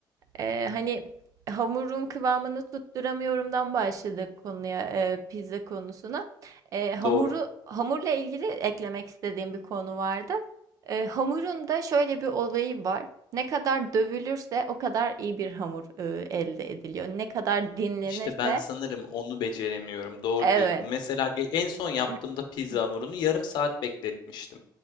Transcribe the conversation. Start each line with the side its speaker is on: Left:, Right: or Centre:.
Right: Eee, hani hamurun kıvamını tutturamıyorumdan başladık konuya, eee, pizza konusuna. Eee, hamuru
Left: Doğru.
Right: hamurla ilgili eklemek istediğim bir konu vardı. Eee, hamurun da şöyle bir olayı var. Ne kadar dövülürse o kadar iyi bir hamur, eee, elde ediliyor. Ne kadar dinlenirse
Left: İşte ben sanırım onu beceremiyorum. Doğru
Right: Evet.
Left: diyorsun. Mesela ge- en son yaptığımda
Right: <clears throat>
Left: pizza hamurunu yarım saat bekletmiştim.